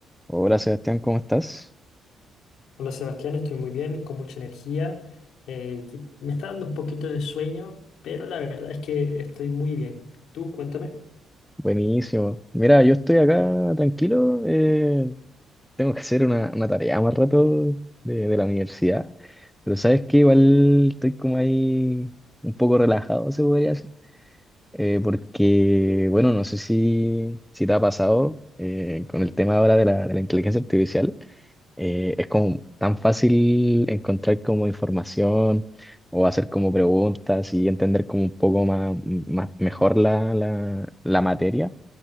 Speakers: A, in the centre; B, on the left.
A: Hola Sebastián, ¿cómo estás?
B: Hola Sebastián, estoy muy bien, con mucha energía. eh, y me está dando un poquito de sueño, pero la verdad es que estoy muy bien. Tú, cuéntame.
A: Buenísimo. Mira, yo estoy acá tranquilo. eh, tengo que hacer una, una tarea más rato de, de la universidad. Pero sabes que igual estoy como ahí un poco relajado, se podría decir. eh, porque, bueno, no sé si, si te ha pasado eh, con el tema ahora de la, de la inteligencia artificial, eh, es como tan fácil encontrar como información o hacer como preguntas y entender como un poco más, más mejor la, la, la materia.